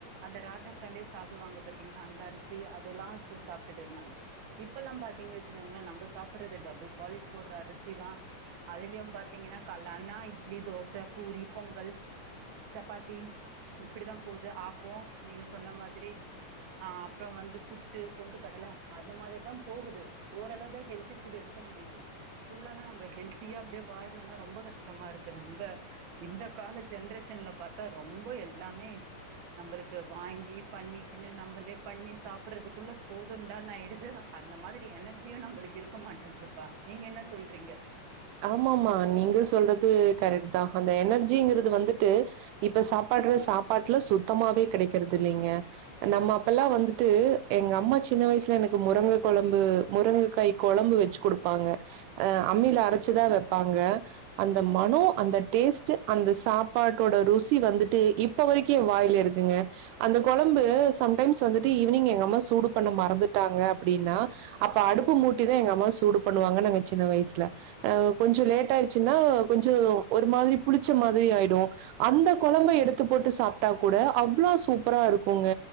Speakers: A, on the right; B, on the right.
A: அந்த ராஜாக்கள்ளே சாப்டுவாங்க பாத்தீங்ளா அந்த அரிசி அதெல்லா சா சாப்ட்டுட்ருந்தாங்க இப்பெல்லா பாத்தீங்க வச்சுக்கோங்களா நம்ப சாப்புறது டபுள் பாலிஷ் போட்ற அரிசிதா அதுலயு பாத்தீங்கன்னா கால்லானா இட்லி தோச பூரி பொங்கல் சப்பாத்தி இப்பிடிதா போது ஆப்போ நீங்க சொன்ன மாத்ரி அ அப்புற வந்து புட்டு கொண்டு கடல அந்த மாதிரிதா போகுது ஓரளவுதா ஹெல்தி ஃபுட்டு எடுக்க முடியுது ஃபுல்லாலா நம்ப ஹெல்தியா அப்டியே வாழனுனா ரொம்ப கஷ்டமா இருக் க்கு நம்ப இந்த கால ஜென்ரேஷன்ல பாத்தா ரொம்ப எல்லாமே நம்பளுக்கு வாங்கி பண்ணிக்கினு நம்பளே பண்ணி சாப்புறதுக்குள்ள போதுன்டான்னு ஆயிருது அந்த மாதிரி எனர்ஜியு நம்பளுக்கு இருக்க மாட்டேன்துப்பா நீங்க என்ன சொல்றீங்க
B: ஆமாம்மா நீங்க சொல்றது கரெக்ட்தா அந்த எனர்ஜிங்றது வந்துட்டு இப்ப சாப்பாட்ற சாப்பாட்ல சுத்தமாவே கெடைக்றது இல்லங்க நம்ம அப்பல்லா வந்துட்டு எங்க அம்மா சின்ன வயசுல எனக்கு முரங்க கொழம்பு முரங்கக்காய் கொழம்பு வச்சு குடுப்பாங்க அம்மீல அரச்சுதா வைப்பாங்க அந்த மனோ அந்த டேஸ்ட்டு அந்த சாப்பாட்டோட ருசி வந்துட்டு இப் இப்ப வரைக்கு ஏ வாய்ல்ல இருக்குங்க அந்த கொழம்பு சம்டைம்ஸ் வந்துட்டு ஈவ்னிங் எங்க அம்மா சூடு பண்ண மறந்துட்டாங்க அப்டின்னா அப்ப அடுப்பு மூட்டிதா எங்க அம்மாவ சூடு பண்ணுவாங்க நாங்க சின்ன வயசுல அ கொஞ்சோ லேட் ஆய்ட்ச்சுன்னா கொஞ்சோ ஒரு மாதிரி புளிச்ச மாதிரி ஆயிடு அந்த கொழம்ப எடுத்து போட்டு சாப்ட்டா கூட அவ்ளோ சூப்பரா இருக்குங்க